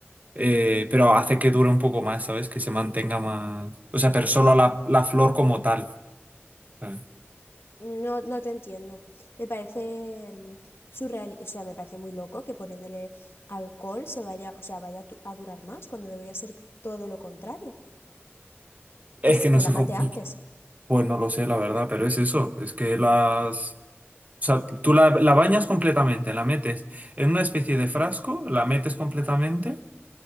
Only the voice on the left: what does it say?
No, no te entiendo. Me parece mm, surreal, o sea, me parece muy loco que poniéndole alcohol se vaya, o sea, vaya a tu- a durar más cuando debería ser todo lo contrario,
que, es-
que
la mate
antes.